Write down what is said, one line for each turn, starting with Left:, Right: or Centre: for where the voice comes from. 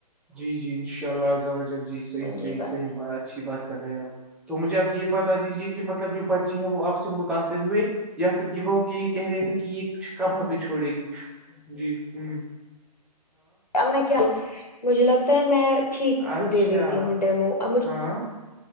Centre: جی جی انشاء اللہ جی صحیح
Left: جی
Centre: صح
Left: بس
Centre: اچھی بات کر رہے ہیں آپ تو مجھے آپ یہ بتا دیجیے کہ مطلب جو بچے ہیں وہ آپ سے متاثر ہوئے یا پھر یہ وہ کہ کہہ رہے تھے کہ یہ کب ہمیں چھوڑے گی جی ہوں
Left: اب میں کیا مجھے لگتا ہے میں ٹھیک
Centre: اچھا
Left: دے دیتی ہوں ڈیمو ا مجھ
Centre: ہاں